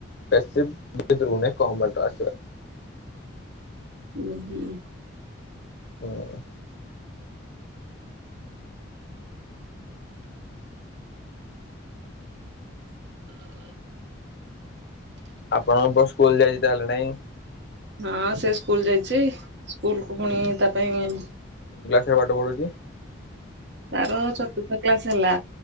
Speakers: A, on the left; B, on the right.
A: ବେଶି <unintelligible> କମ ବାଟ ଆସିବା।
B: ଉଁ ହୁଁ
A: ହୁଁ। ଆପଣଙ୍କ ପୁଅ ସ୍କୁଲ ଯାଇଛି ତାହେଲେ ନାଇଁ?
B: ହଁ ସେ ସ୍କୁଲ ଯାଇଛି ସ୍କୁଲ କୁ ପୁଣି ତା ପାଇଁ
A: ସେ ପାଠ ପଢୁଛି?
B: ତାର ଚତୁର୍ଥ କ୍ଲାସ ହେଲା